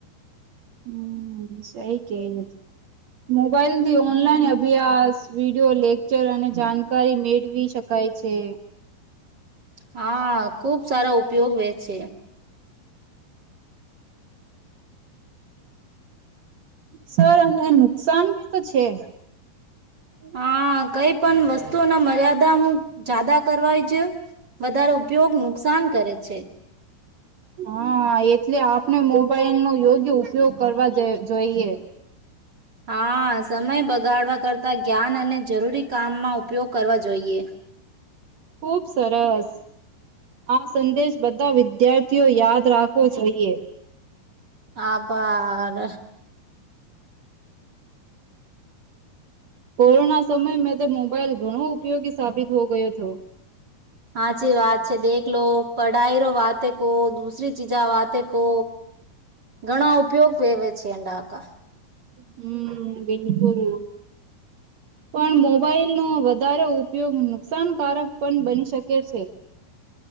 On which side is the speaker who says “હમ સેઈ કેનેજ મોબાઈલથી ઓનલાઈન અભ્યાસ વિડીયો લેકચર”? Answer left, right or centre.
Right